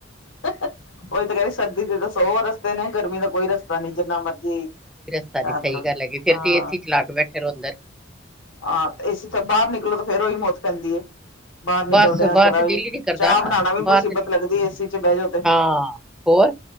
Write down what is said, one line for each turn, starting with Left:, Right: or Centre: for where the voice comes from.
Left: ਉਹੀ ਤਾਂ ਕਹਿੰਦੇ ਸਰਦੀ ਦੇ ਤਾਂ ਸੌ ਰਸਤੇ ਨੇ ਗਰਮੀ ਦਾ ਕੋਈ ਰਸਤਾ ਨੀ ਜਿੰਨਾ ਮਰਜੀ
Centre: ਸਾਰੀ
Left: ਕਰ
Centre: ਸਹੀ
Left: ਲਓ
Centre: ਗੱਲ ਹੈਗੀ ਫੇਰ
Left: ਹਾਂ
Centre: ਤੇ ਏਸੀ ਚਲਾ ਕੇ ਬੈਠੇ ਰੋਵੋ ਅੰਦਰ।
Left: ਹਾਂ ਏਸੀ ਤੋ ਬਾਹਰ ਨਿਕਲੋ ਤਾਂ ਫੇਰ ਉਹੀ ਮੌਤ ਪੈਂਦੀ ਏ ਬਾਹਰ ਨਿਕਲਦੇ
Centre: ਬਸ
Left: ਆ
Centre: ਬਾਹਰ
Left: ਜਰਾ
Centre: ਤੇ
Left: ਵੀ
Centre: ਦਿਲ ਹੀ ਨੀ ਕਰਦਾ
Left: ਚਾਹ ਬਣਾਉਣਾ ਵੀ
Centre: ਬਾਹਰ
Left: ਮੁਸੀਬਤ
Centre: ਤੇ ਦਿ-
Left: ਲੱਗਦੀ ਏਸੀ ਚ ਬਹਿ ਜੋ ਤੇ।
Centre: ਹਾਂ ਹੋਰ